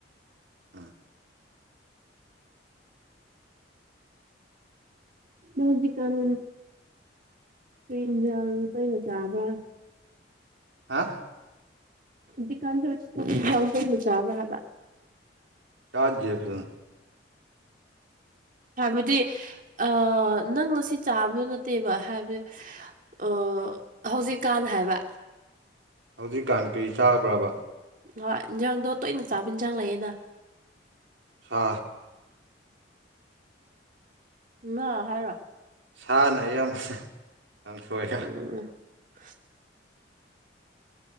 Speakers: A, on the right; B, on the right.
A: ꯑꯥ
B: ꯅꯪ ꯍꯧꯖꯤꯛꯒꯥꯟ ꯀꯖ ꯀꯩꯅꯅ ꯆꯥꯕ
A: ꯍꯥ
B: ꯗꯤꯀꯥꯟ ꯆ ꯀ ꯆꯥꯕ ꯍꯥꯕꯥ <inaudible>
A: ꯇꯥꯖ ꯦꯞꯁꯤꯡꯟ <inaudible>
B: ꯍꯥꯏꯕꯗꯤ ꯑ ꯅꯪꯁꯤ ꯆꯥꯕꯗꯣ ꯅꯠꯇꯦꯕ ꯍꯥꯏꯕꯗꯤ ꯑꯣ ꯍꯧꯖꯤꯛꯀꯥꯟꯅ ꯍꯥꯏꯕ
A: ꯍꯧꯖꯤꯛꯀꯥꯟ ꯀꯔꯤ ꯆꯥꯕ꯭ꯔꯕ
B: ꯍ ꯏꯟꯖꯥꯡꯗꯣ ꯇꯣꯏꯅ ꯆꯥꯕ ꯏꯟꯁꯥꯡ ꯂꯩꯌꯦꯅ
A: ꯁꯥ
B: ꯉꯥ ꯍꯥꯏꯔꯣ
A: ꯁꯥꯅ ꯌꯥꯝ ꯌꯥꯝꯁꯣꯏꯒ
B: ꯎꯝ <inaudible>